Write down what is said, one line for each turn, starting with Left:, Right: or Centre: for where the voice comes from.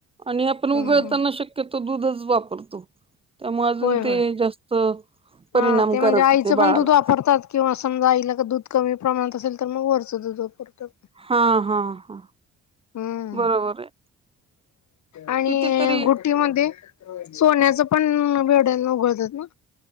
Right: आणि आपण उगाळताना
Left: द्या.
Right: शक तो दूधच वापरतो त्यामुळे अजून
Left: होय होय.
Right: ते जास्त परिणामकारक
Left: हा ते म्हणजे आईचं
Right: होते बाळाला
Left: पण दूध वापरतात. किंवा समजा आईला का दूध कमी प्रमाणात असेल तर मग वरचं दूध वापरतो.
Right: हा हा हा
Left: हम्म.
Right: बरोबर आहे.
Left: आणि
Right: कितीतरी
Left: गु ी म सोन्याच पण भेड्याला उघडतात ना,